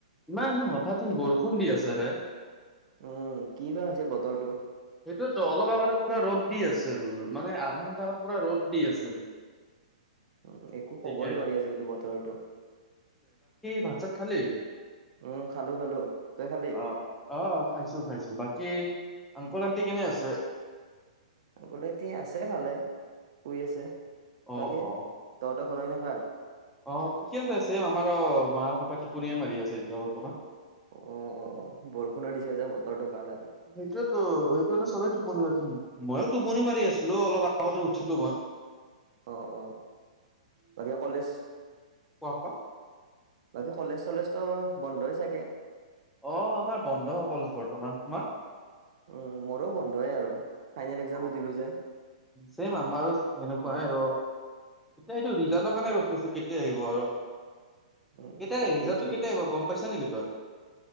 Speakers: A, in the centre; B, on the right.
A: ইমান দিন হঠাৎচুন
B: কি
A: বৰষুণ দি আছে ৰে
B: উম কি বা হৈছে বতৰটো?
A: সেইটোৱেতো অলপ আগতে পুৰা ৰ'দ দি আছিল। মানে আধা ঘণ্টা আগত পুৰা ৰ'দ দি আছিল।
B: উম, একো
A: ঠিকে
B: কবই নোৱাৰি আজিকালি বতৰটো।
A: ভাত‌ চাত খালি?
B: উম খালো খালো তই খালি
A: অ, অহ খাইছো খাইছো বাকী আংকুল আন্টি কেনে আছে?
B: আংকল আন্টি আছে ভালে, শুই আছে।
A: অ
B: বাকী
A: অ
B: তত ঘৰৰ পিনে ভাল?
A: অ ঠিকে আছে চেম আমাৰো মা পাপাই টোপনিয়ে মাৰি আছে এতিয়া বৰ্তমান।
B: অ অ বৰষুণৰ দিছে যে বতৰটো ভাল আৰু
A: সেইটোয়েতো সেইটো কাৰনে চবেই টোপনি মাৰি আছে। ময়ো টোপনি মাৰি আছিলোঁ। অলপ আগতে উঠিলো মই।
B: অহ, অ বাকী কলেজ
A: খোৱা খোৱা?
B: বাকী কলেজ-চলেজ তো বন্ধই চাগে?
A: অ' আমাৰ বন্ধসকলো বৰ্তমান তোমাৰ?
B: উম, মোৰো বন্ধই আৰু। ফাইনেল এক্জামটো
A: অ
B: দিলো যে
A: চেম্‌ আমাৰো সেনেকুৱাই
B: উম
A: আৰু। এতিয়া এইটো ৰিজাল্টৰ কাৰণে ৰখি আছো কেতিয়া আহিব আৰু।
B: উম
A: কেতিয়া
B: তাকে
A: ৰিজাল্টটো
B: কি
A: কেতিয়া আহিব গম পাইছ নেকি তই?